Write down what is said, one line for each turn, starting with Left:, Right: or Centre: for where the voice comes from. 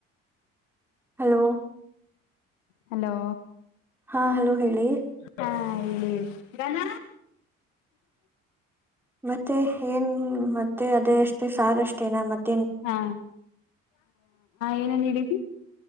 Centre: ಹಲೋ
Left: ಹಲೋ
Centre: ಹಾ ಹಲೋ ಹೇಳಿ
Left: ಹಾ ಇಲ್ಲಿಿ ಗಾನ
Centre: ಮತ್ತೆ ಏನ್ ಮತ್ತೆ ಅದೇ ಅಷ್ಟೇ ಸಾರ ಅಷ್ಟೇನಾ ಮತ್ತೆ
Left: ಹಾ ಏನನ್ ಹಿಡಿದು